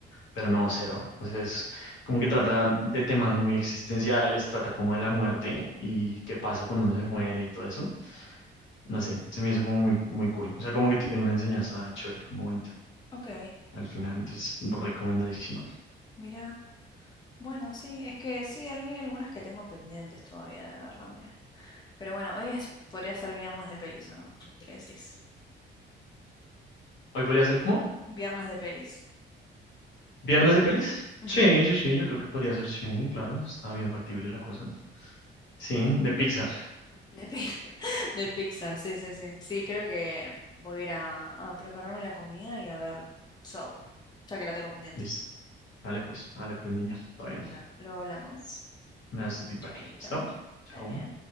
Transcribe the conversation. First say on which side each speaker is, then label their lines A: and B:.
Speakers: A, on the left; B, on the left.
A: pero no, cero. O sea, es como que trata de temas muy existenciales, trata como de la muerte y qué pasa cuando uno se muere y todo eso. No sé, se me hizo como muy, muy cool. O sea, como que tiene una enseñanza chévere, como bonita.
B: Ok,
A: Al final, entonces, recomendadísima.
B: mira. Bueno, sí, es que sí, hay algunas que tengo pendientes todavía de verla, mira. Pero bueno, hoy es, podría ser viernes de pelis, ¿o no? ¿Qué decís?
A: Hoy podría ser como
B: Viernes de pelis.
A: viernes de pelis.
B: Ujú.
A: Sí, sí, sí, yo creo que podría ser, sí, claro, está bien factible la cosa. Sí,
B: Mm.
A: de Pixar.
B: De, Pi- <laughs> de Pixar, sí, sí, sí. Sí, creo que voy a ir a, a prepararme la comida y a ver Soul, ya que la tengo pendiente.
A: Listo. Vale, pues, vale, pues, niña. Está bien.
B: Bueno, luego hablamos.
A: Me das tu feedback.
B: Chaito.
A: ¿Listo? Chao.
B: Dale.